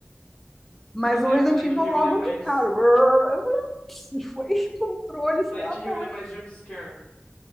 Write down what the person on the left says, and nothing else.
Sa-
É,
o Silent
Hill,
ele é mais
Silent
Hill
ele
é mais jumpscare.